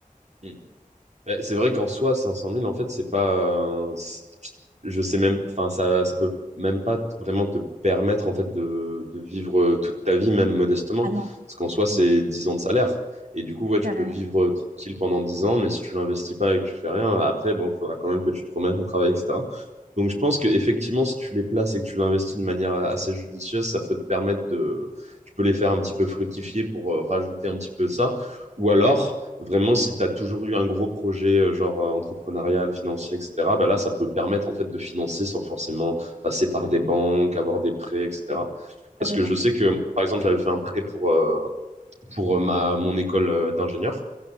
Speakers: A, on the right; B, on the right.
A: <laughs> Bah, c'est vrai qu'en soi, 500 000, en fait, c'est pas. euh, c'est- Je sais même. Enfin, ça, ça peut même pas t- vraiment te permettre, en fait, de, de vivre euh, toute ta vie, même modestement.
B: Ah non,
A: Parce qu'en soi, c'est
B: non,
A: 10 ans de salaire. Et du coup, ouais, tu
B: carrément.
A: peux vivre euh, tranquille pendant 10 ans, mais si tu l'investis pas et que tu fais rien, après, bon, faudra quand même que tu te remettes à travailler, etc. Donc, je pense que effectivement, si tu les places et que tu l'investis de manière a- assez judicieuse, ça peut te permettre de. Tu peux les faire un petit peu fructifier pour euh, rajouter un petit peu de ça. Ou alors vraiment, si tu as toujours eu un gros projet, euh, genre euh, entrepreneurial, financier, etc., bah là, ça peut permettre en fait de financer sans forcément passer par des banques, avoir des prêts, etc.
B: Oui,
A: Parce
B: Carrément.
A: que je sais que, par exemple, j'avais fait un prêt pour, euh, pour euh, ma, mon école euh, d'ingénieur.